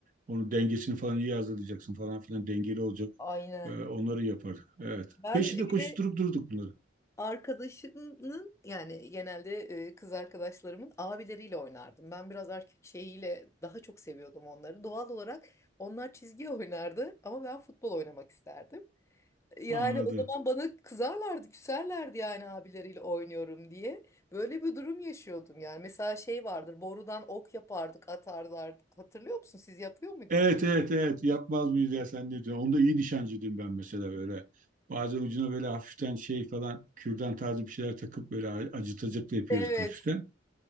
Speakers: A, on the right; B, on the left.
A: Onun dengesini falan iyi hazırlayacaksın falan filan dengeli olacak.
B: aynen.
A: Ee, onları yapardık. Evet.
B: Ben
A: Peşinde
B: bir
A: koşturup
B: de
A: durduk bunları.
B: Arkadaşımın yani genelde e, kız arkadaşlarımın abileriyle oynardım. Ben biraz erkek şeyiyle daha çok seviyordum onları. Doğal olarak onlar çizgi oynardı ama ben futbol oynamak isterdim. Yani
A: Anladım.
B: o zaman bana kızarlardı, küserlerdi yani abileriyle oynuyorum diye. Böyle bir durum yaşıyordum yani. Mesela şey vardır, borudan ok yapardık, atarlardık. Hatırlıyor musun? Siz yapıyor muydunuz
A: Evet
B: o?
A: evet evet yapmaz mıyız ya sen ne diyorsun? Onda iyi nişancıydım ben mesela böyle. Bazen ucuna böyle hafiften şey falan kürdan tarzı bir şeyler takıp böyle acıtacaklı yapıyorduk
B: Evet.
A: hafiften.